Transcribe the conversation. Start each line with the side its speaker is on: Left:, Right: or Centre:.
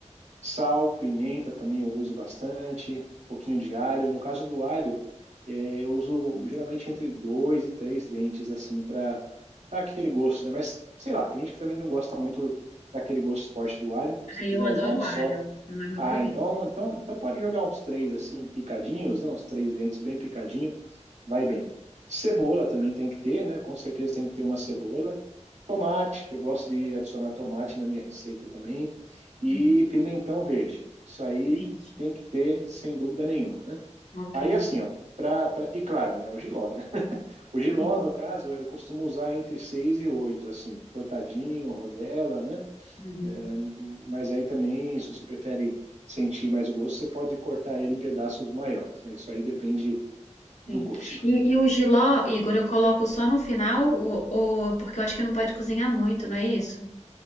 Right: Sal, pimenta também eu uso bastante, um pouquinho de alho. No caso do alho, eh, eu uso geralmente entre dois e três dentes, assim, para dar aquele gosto, né? Mas sei lá, tem gente que também não gosta muito daquele gosto forte do alho. Se
Left: Ah,
Right: você
Left: eu
Right: quiser
Left: adoro
Right: usar um só,
Left: alho, não é meu
Right: ah,
Left: problema.
Right: então, então, então pode jogar uns três assim, picadinhos, né? Uns três dentes bem picadinho, vai bem. Cebola também tem que ter, né? Com certeza tem que ter uma cebola. Tomate, eu gosto de adicionar tomate na minha receita também. E
Left: Uhum.
Right: pimentão verde. Isso aí
Left: Beijo.
Right: tem que ter, sem dúvida nenhuma, né?
Left: Ok.
Right: Aí assim, ó, pra, pra... e claro, né? O jiló, né? <laughs> O jiló,
Left: Sim.
Right: no caso, eu costumo usar entre seis e oito, assim, cortadinho, rodela, né?
Left: Uhum.
Right: É, mas aí também, se você prefere sentir mais o gosto, você pode cortar ele em pedaços maiores, né? Isso aí depende
Left: Sim.
Right: do gosto.
Left: E, e o jiló, Igor, eu coloco só no final, ou, ou- porque eu acho que não pode cozinhar muito, não é isso?